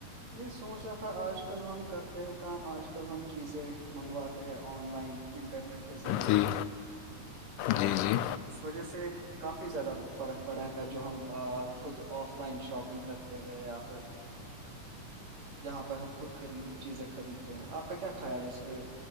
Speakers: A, on the right (about 55°); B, on the left (about 90°).
A: میں سوچ رہا تھا آج کل ہم کرتے ہیں کام آج کل کل ہم چیزیں منگواتے ہیں آن لائن انٹرنیٹ کے ذریعے
B: جی جی جی
A: اس وجہ سے کافی زیادہ فرق پڑا ہے جو ہم خود آف لائن شاپنگ کرتے ہیں یا پھر جاں پہ ہم خود خ چیزیں خریدتے ہیں آپ کا کیا خیال ہے اس پہ